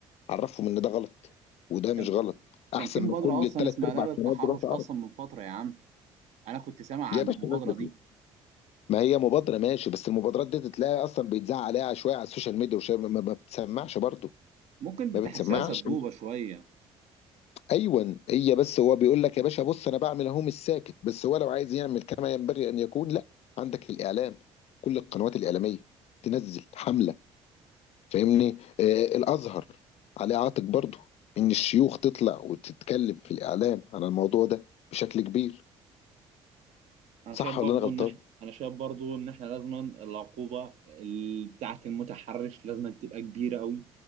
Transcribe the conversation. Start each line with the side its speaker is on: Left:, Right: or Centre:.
Left: عرفهم ان ده غلط وده مش
Right: كان
Left: غلط احسن
Right: كان في مبادرة
Left: من كل
Right: اصلا
Left: ثلاث
Right: اسمها
Left: ارباع
Right: لا للتحرش
Left: قنوات دلوقتي
Right: اصلا
Left: عرب
Right: من فترة يا عم انا كنت سامع عن
Left: يا باشا
Right: المبادرة
Left: نازله
Right: دي
Left: ما هي مبادرة ماشي بس المبادرات دي تلاقي أصلا بيتذاع عليها شوية على السوشيال ميديا وشوية ما ما بتسمعش برضه
Right: ممكن بتحسها
Left: ما بتسمعش
Right: سبوبة شوية
Left: أيوة هي بس هو بيقول لك يا باشا بص أنا بعمل أهو مش ساكت بس هو لو عايز يعمل كما ينبغي أن يكون لا عندك الإعلام كل القنوات الإعلامية تنزل حملة فاهمني آه الأزهر عليه عاتق برضه إن الشيوخ تطلع وتتكلم في الإعلام عن الموضوع ده بشكل كبير
Right: انا
Left: صح
Right: شايف برضو
Left: ولا أنا غلطان؟
Right: ان احنا انا شايف برضو ان احنا لازما العقوبه ال- بتاعه المتحرش لازما تبقى كبيره قوي